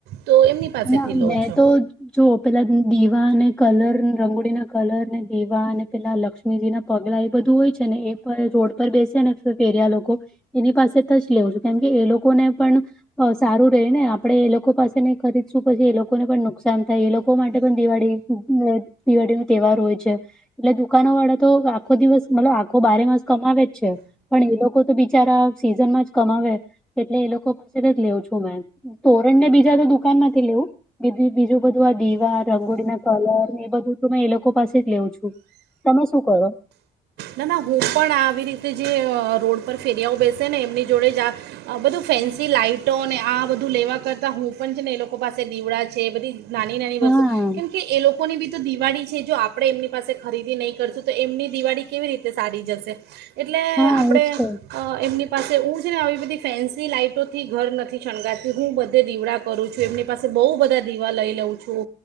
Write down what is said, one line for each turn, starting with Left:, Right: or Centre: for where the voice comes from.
Right: તો એમની પાસેથી
Centre: ના
Right: લો
Centre: મેં
Right: છો
Centre: તો જો પેલા દીવા અને કલર, રંગોળીના કલર ને, દીવા અને પેલા લક્ષ્મીજી ના પગલા એ બધું હોય છે ને, એ પર રોડ પર બેસે ને, ફેરિયા લોકો એની પાસે. ત જ લેઉ છું, કેમ કે એ લોકોને પણ સારું રે ને, આપણે એ લોકો પાસે ન ખરીદશું, પછી એ લોકોને પણ નુકસાન થાય, એ લોકો માટે પણ દિવાળી દિવાળી નો તહેવાર હોય છે, એટલે દુકાનો વાળા તો આખો દિવસ મતલબ આખો બારે માસ. કમાવે જ છે, પણ એ લોકો તો બિચારા સિઝનમાં જ કમાવે. એટલે એ લોકો પાસેથી લઉ છું મે, તોરણ ને બીજા તો દુકાન માંથી લેવું. બી બીજું બધું આ દીવા, રંગોળી ના, કલર ને એ બધું ત મે એ લોકો પાસે જ લેઉં છું તમે શું કરો?
Right: ના ના હું પણ આવી રીતે જે રોડ પર ફેરિયાઓ બેસે ને એમની જોડે જ આ. બધું ફેન્સી લાઈટોને આ બધું લેવા કરતા હું પણ ને એ લોકો પાસે લીવડા છે બધી, નાની નાની
Centre: હા
Right: વસ્તુ કેમ, કે એ લોકોની બી તો દિવાળી છે, જો આપણેે એમની પાસે ખરીદી નહી કરશું તો એમની દિવાળી. કેવી રીતે સારી જશે એટલે
Centre: હા
Right: આપણે.
Centre: એજ તો.
Right: એમની પાસે હું છે ને આવી બધી ફેન્સી લાઈઇટોથી ઘર નથી શણગારતી હું બધે દીવડા, કરું છું એમની પાસે બહુ બધા દીવા લઈ લઉં છું.